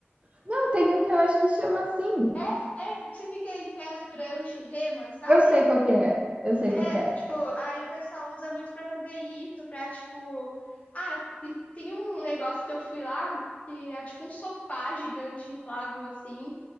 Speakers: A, on the right (about 30°); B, on the left (about 35°).
A: Não, tem um que eu acho que chama assim.
B: É, é, que você fica em pé na prancha e rema, sabe?
A: Eu sei qual que é, eu sei
B: É,
A: qual que é.
B: tipo, aí o pessoal usa muito pra fazer isso, pra, tipo. Ah, e tem um negócio que eu fui lá, que é tipo um sofá gigante inflável, assim.